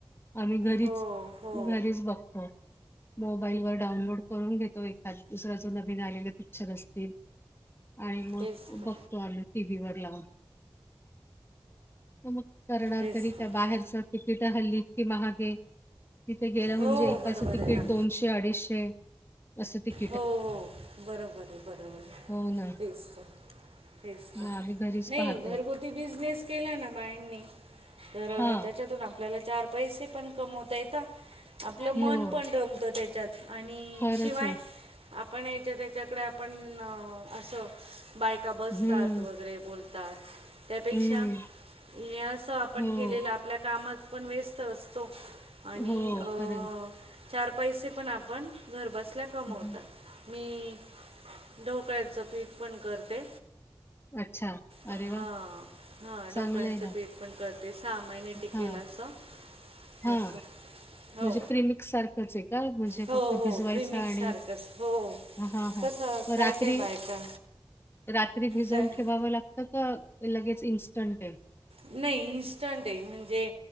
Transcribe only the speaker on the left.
आम्ही घरीच,
घरीच बघतो. मोबाईल वर डाउनलोड करून घेतो एखाद दुसरा जो नवीन आलेले पिक्चर असतील. आणि, मग
बघतो आम्ही टी व्ही वर लावून. हो मग करणार
तरी
काय बाहेरच तिकिट हल्ली किती महाग ये. तिथे गेलं
म्हणजे एकाचं
तिकीट
दोनशे अडीचशे असं तिकट.
हो ना
मग
आम्ही घरीच
पाहतो
हा.
हो
खरंच
आहे.
हम्म,
हम्म.
हो,
हो
खरं
हं हं
अच्छा
अरे वाह!
चांगलं
आहे ना.
हां,
हां.
म्हणजे प्रीमिक्स सारखंच आहे का? म्हणजे
फक्त
भिजवायचा
आणि
हां, हां, हां.
मग
रात्री
रात्री भिजवून
ठेवावं लागत का लगेच इन्स्टंट हे?